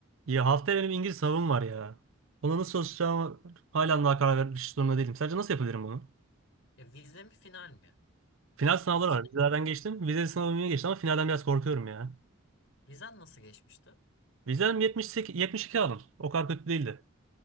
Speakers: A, on the right (about 70°); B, on the left (about 60°).
A: Ya haftaya benim İngiliz sınavım var ya. Ona nasıl çalışacağımı hala daha karar vermiş durumda değilim. Sence nasıl yapabilirim bunu?
B: Ya vize mi final mi?
A: Final sınavları
B: Final.
A: var. Vizelerden geçtim. Vize sınavımı geçtim ama finalden biraz korkuyorum ya.
B: Vizen nasıl geçmişti?
A: Vizem 78, 72 aldım. O kadar kötü değildi.